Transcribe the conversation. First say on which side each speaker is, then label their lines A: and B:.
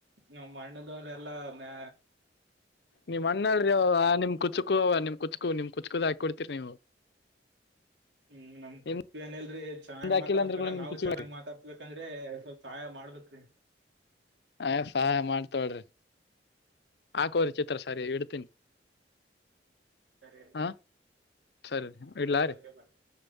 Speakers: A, on the right (about 80°); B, on the left (about 65°).
A: ನಮ್ ಅಣ್ಣದವ್ರ ಎಲ್ಲಾ ಮ
B: ನಿಮ್ಮ ಅಣ್ಣ ಅಲ್ರಿ ಯವ್ವ ನಿಮ್ಮ ಕುಚಿಕು ಆವಾ ಕುಚಿಕು ಕುಚಿಕು ದಾ ಕೊಡುತ್ತಾರೆ ನೀವು
A: ಹ್ಮ್ ನಮ್
B: ನಿಮ್ದ
A: ಕುಚುಕು ಅಲ್ರಿ ರಿ ಚೆನ್ನ್
B: ಹಾಕಿಲ್ಲ
A: ಮಾತಾಡ್ಸ್ತಾರ
B: ಅಂದ್ರ ಕೂಡ ನಿಮ್
A: ನಾವು
B: ಕುಚುಕುಳರಿ
A: ಚೆನ್ನ್ ಮಾತಾಡ್ ಹಬೇಕಂದ್ರೆ ಸ್ವಲ್ಪ ಸಹಾಯ ಮಾಡ್ಬೇಕ್ರೀ
B: ಅಯ ಸಹಾಯ ಮಾಡ್ತೊಳ್ರಿ ಹಾಕೋರಿ ಚಿತ್ರ ಸರಿ ಇಡ್ತೀನಿ
A: ಸರಿ
B: ಹಾ ಸರಿ
A: ಸರಿ
B: ಇಡ್ಲಾರಿ
A: ಓಕೆ ಬಾಯ್